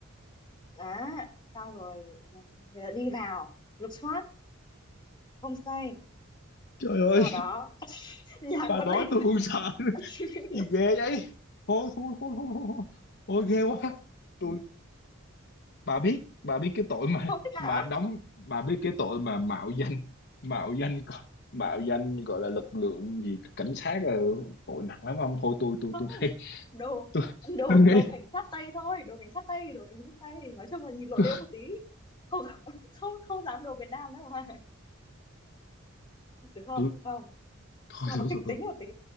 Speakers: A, on the left; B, on the left.
A: Đó, xong rồi người ta đi vào lục soát homestay
B: Trời ơi,
A: sau đó <laughs> nhạc
B: bà
A: vẫn
B: nói
A: lên
B: tôi cũng sợ. <laughs>
A: <laughs>
B: Gì ghê vậy? Thôi, thôi, thôi, thôi, thôi. thôi. ghê quá. Tôi bà biết bà biết cái tội mà
A: không thích
B: mà
A: hả
B: đóng bà biết cái tội mà mạo danh mạo danh mạo danh gọi là lực lượng gì cảnh sát là tội nặng lắm không thôi tôi tôi
A: không
B: tôi nghĩ
A: đồ
B: tôi
A: đồ
B: tôi nghĩ
A: đồ cảnh sát tây thôi đồ cảnh sát tây đồ cảnh sát tây nói chung là nhìn lộ
B: tôi,
A: liễu một tí không <laughs> không không dám đồ Việt Nam đâu mà được không
B: tôi
A: được không
B: thôi
A: cho
B: thôi
A: nó kịch
B: thôi thôi
A: tính một tí